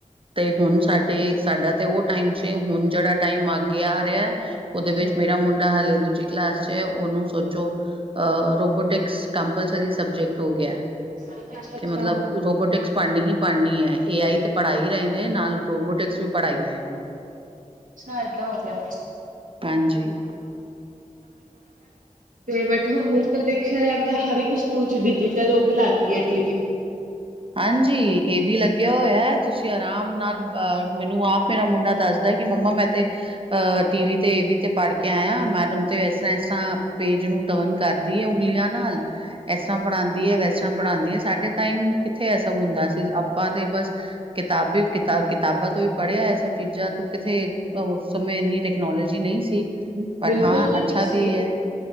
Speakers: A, on the right; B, on the right.
A: ਤੇ ਹੁਣ ਸਾਡੇ। ਸਾਡਾ ਤੇ ਉਹ ਟਾਈਮ ਸੀ ਹੁਣ ਜਿਹੜਾ ਟਾਈਮ ਅੱਗੇ ਆ ਰਿਹਾ ਉਹਦੇ
B: ਹਾਂਜੀ-ਹਾਂਜੀ
A: ਵਿੱਚ ਮੇਰਾ ਮੁੰਡਾ ਹਾਲੇ ਦੂਜੀ। ਕਲਾਸ ਚ ਉਹਨੂੰ ਸੋਚੋ ਅ ਰੋਬੋਟਿਕਸ ਕੰਪਲਸਰੀ ਸਬਜੈਕਟ। ਹੋ
B: <unintelligible>
A: ਗਿਆ
B: ਅੱਛਾ
A: ਕਿ
B: ਅੱਛਾ।
A: ਮਤਲਬ ਰੋਬੋਟਿਕਸ ਪੜ੍ਹਨੀ ਹੀ ਪੜ੍ਹਨੀ ਹੈ ਏ ਆਈ ਤੇ ਪੜ੍ਹਾ ਹੀ ਰਹੇ ਨੇ ਨਾਲ। ਰੋਬੋਟਿਕਸ ਵੀ ਪੜਾ ਹੀ ਰਹੇ ਨੇ।
B: <unintelligible> ਅੱਛਾ ਏਦਾ ਹੋਗਿਆ।
A: ਹਾਂਜੀ
B: ਤੇ ਬਟ ਹੁਣ ਤਾਂ ਦੇਖਿਆ ਜਾਵੇ ਤਾਂ ਹਰ ਸਕੂਲ ਚ ਡਿਜੀਟਲ ਉਹ ਵੀ ਲੱਗ ਗਈ ਹੈ ਟੀ ਵੀ।
A: <inaudible> ਹਾਂਜੀ ਇਹ ਵੀ ਲੱਗਿਆ ਹੋਇਆ ਤੁਸੀਂ ਆਰਾਮ ਨਾਲ ਅ ਮੈਨੂੰ ਆਪ ਮੇਰਾ ਮੁੰਡਾ ਦੱਸਦਾ। ਕਿ ਮੰਮਾ ਮੈਂ ਤੇ ਅ ਟੀਵੀ ਤੇ ਏਵੀ ਤੇ ਪੜ੍ਹ ਕੇ ਆਇਆ ਮੈਡਮ ਤੇ ਇਸ ਤਰ੍ਹਾਂ ਇਸ ਤਰ੍ਹਾਂ ਪੇਜ ਨੂੰ। ਟਰਨ ਕਰਦੀ ਹੈ ਉਂਗਲੀਆਂ ਨਾਲ ਇਸ ਤਰ੍ਹਾਂ ਪੜ੍ਹਾਉਦੀ ਹੈ ਵੈਸਤਰਾ ਤਰ੍ਹਾਂ ਪੜ੍ਹਾਉਂਦੀ ਹੈ ਸਾਡੇ ਟਾਈਮ। ਕਿੱਥੇ ਇਹ ਸਭ ਹੁੰਦਾ ਸੀ ਆਪਾਂ ਤੇ ਬਸ ਕਿਤਾਬੀ ਕਿਤਾ ਕਿਤਾਬਾਂ ਤੋਂ ਵੀ ਪੜ੍ਹਿਆ ਇਹ ਸਭ ਚੀਜ਼ਾਂ। ਤ ਕਿੱਥੇ ਉਸ ਸਮੇਂ ਇੰਨੀ ਟੈਕਨੋਲੋਜੀ ਨਹੀਂ ਸੀ।
B: <inaudible>
A: ਬਟ
B: ਬਿਲਕੁਲ
A: ਹਾਂ
B: ਜੀ
A: ਅੱਛਾ
B: ਸਹੀ
A: ਵੀ ਹੈ,